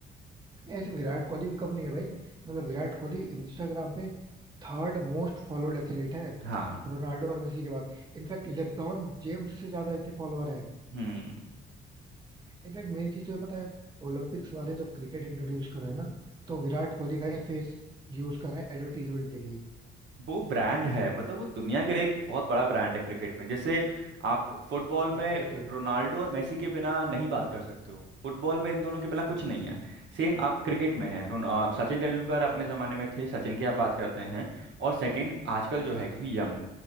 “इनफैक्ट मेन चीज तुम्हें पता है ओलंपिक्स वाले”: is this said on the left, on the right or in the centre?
Right